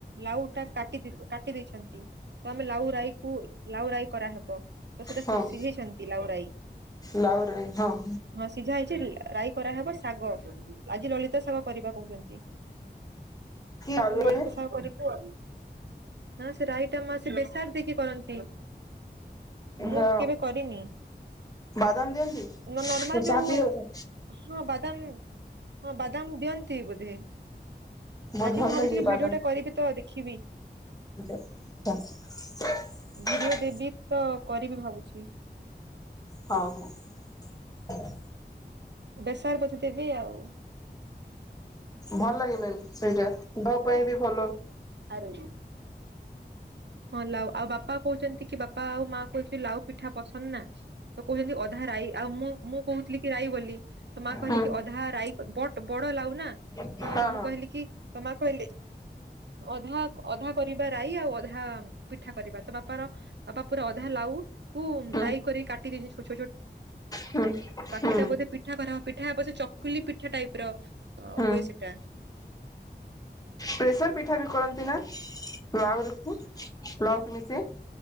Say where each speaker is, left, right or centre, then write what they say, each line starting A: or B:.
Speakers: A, on the right; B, on the left.
A: ଲାଉ ଟା କାଟି କାଟି ଦେଇଛନ୍ତି। ତ ଆମେ ଲାଉ ରାଇ କୁ ଲାଉ ରାଇ କରାହବ। ତ ସେଟା ସି-ସିଝେଇଛନ୍ତି
B: ହଁ
A: ଲାଉ ରାଇ
B: ଲାଉରାଇ ହଁ
A: ହଁ ସିଝା ହେଇଚି ରାଇ କରାହେବ ଶାଗ। ଆଜି ଲଳିତା ଶାଗ କରିବା କହୁଚନ୍ତି।
B: ଆଳୁରେ
A: ଲଳିତା ଶାଗ କରିବୁ ଆଉ ହଁ ସେ ରାଇ <unintelligible> ବେସର ଦେଇକି କରନ୍ତି ମୁଁ
B: ନା
A: କେବେ କରିନି
B: ବାଦାମ ଦିଅନ୍ତି?
A: ନର୍ମାଲ
B: ଚା
A: ଯୋଉ
B: ପିଇବ?
A: ହଁ ବାଦାମ ହଁ ବଦାମ ଦିଅନ ତି ବୋଧେ।
B: ବହୁତ
A: ଆଜି
B: ଭଲ
A: ମୁଁ ଭାବୁଛି
B: ଲାଗେ
A: କି
B: ବାଦାମ
A: ଭିଡିଓ ଟା କରିବି ତ ଏବେ। ଖିବି।
B: <inaudible>
A: ଭିଡିଓ ଦେବି ତ କରିବି ଭାବୁଛି।
B: ହଁ ହଁ।
A: ବେସାର ବୋଧେ ଦେବି ଆଉ
B: ଭଲ <unintelligible> ସେଇଟା ଡ ପାଇଁ ବି ଭଲ।
A: ଆରୁ। ହଁ ଲାଉ ଆଉ ବାପା କହୁଚନ୍ତି କି ବାପା ଆଉ ମା କହୁଚି ଲାଉ ପିଠା ପସନ୍ଦ ନା। ତ କହୁଚନ୍ତି ଅଧା ରାଇ ଆଉ ମୁଁ ମୁଁ କହୁଥିଲି କି ରାଇ ବୋଲି। ତ ମା କହିଲେ
B: ହୁଁ
A: କି ଅଧା ରାଇ। ବ ବଟ୍ ବଡ ଲାଉ ନା।
B: ହଁ
A: ତ ମୁଁ
B: ହଁ
A: କହିଲି କି ତମା କହିଲେ ଅଧା ଅଧା କରିବା ରାଇ ଆଉ ଅଧା ପିଠା କରିବା ତ ବାପାର ବାପା ପୁରା ଅଧା ଲାଉ କ
B: ହୁଁ
A: ରାଇ କରି କାଟି ଦେଇ ଛୋ ଛୋଟ
B: ହୁଁ ହୁଁ
A: ସେଟା ବୋଧେ ପିଠା କରା ହବ ପିଠାବ ସେ ଚକୁଲି ପିଠା ଟାଇପ ର ଅ
B: ହୁଁ
A: ହୁଏ ସେଟା
B: ପ୍ରେସର ପିଠା ବି କରନ୍ତି ନା ଆହୁରି ଲଉ କି ମିି ସେ